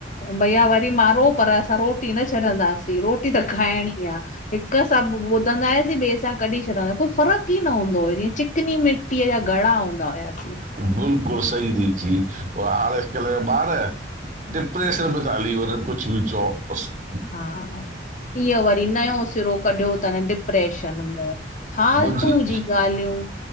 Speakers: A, on the left; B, on the right.
A: भैया वरी मारो पर असां रोटी न छॾंदासीं रोटी त खाइणी आ। हिक सां ॿुधंदायसीं ॿिए सां कढी छॾन्दा कोई फ़र्क़क ई न हूंदो हुयो जीअं चिकनी मि। घणा हूंदा हुवंवयासीं?
B: बिल्कुल सही थी चि व आॾकल बार। डिप्रेशन मेंता हली वनन कुझ बि चओ। -
A: हा इहो वरी नयो सिरो कढियो थन डिप्रेश। चनमो फालतूं
B: मुंहिंजी
A: जी ॻाल्हियूं।